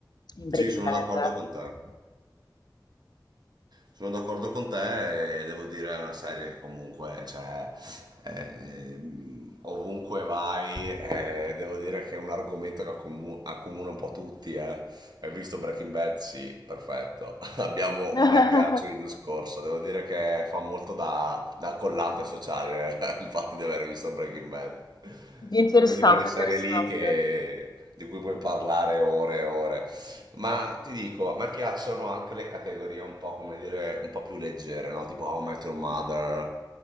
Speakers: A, on the left; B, on the right.
A: in Breaking
B: Sì, sono
A: Bad.
B: d'accordo con te. sono d'accordo con te e devo dire è una serie che comunque cioè, eh, ovunque vai eh, devo dire che è un argomento che accomu- accomuna un po' tutti eh. Hai visto Breaking Bad? Sì, perfetto. <laughs> Abbiamo
A: <laughs>
B: un aggancio di discorso. Devo dire che fa molto da, da collante sociale <laughs> il fatto di aver visto Breaking Bad.
A: Interessante,
B: È una di quelle serie
A: interessante.
B: lì che- di cui puoi parlare ore e ore. Ma ti dico, a me piacciono anche le categorie un po', come dire, un po' più leggere, no? Tipo How I Met Your Mother,